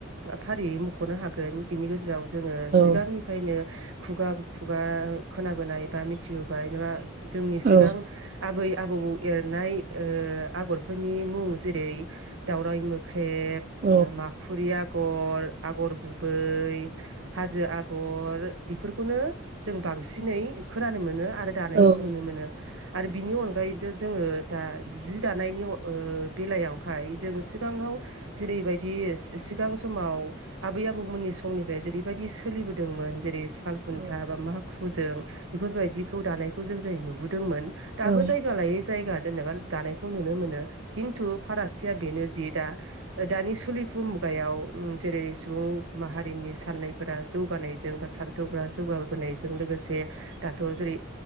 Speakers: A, on the right (about 75°); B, on the right (about 40°).
A: फारियै मख'नो हागोन बिनि गेजेराव जोङो
B: औ
A: सिगांनिफ्रायनो खुगा-खुगा खोनाबोनाय बा मिथिबोबाय नङा जोंनि
B: औ
A: सिगां आबै आबौ एरनाय ओ आगर फोरनि मुं जेरै दावराइ मोख्रे ऐब
B: औ
A: माखुरि आगर। आगर गुबै हाजो आगर। बेफोरखौनो जों बांसिनै खोनानो मोनो। आरो दानायखौ
B: औ
A: नुनो मोनो। आरो बिनि अनगायैबो जोङो दा जि दानायनि ओ बेलायावहाय जों सिगाङाव जेरैबायदि सि-सिगां समाव, आबै आबौमोननि समनिफ्राय जेरैबायदि सोलिबोदोंमोन जेरै सालुन्था
B: औ
A: बा माखु खा जों बेफोरबायदिखौ दानायखौ जों-जों नुबोदोंमोन । दाबो
B: औ
A: जायगा लायै जायगा। जेनेबा दानायखौ नुनो मोनो। खिन्थु फारागथिया बेनो जे दा दानि सोलिफु मुगायाव जेरै सुबुं माहारिनि साननायफोरा, जौगानायजों बा सान्थौफोरा जौगाबोनायजों लोगोसे, दाथ' जेरै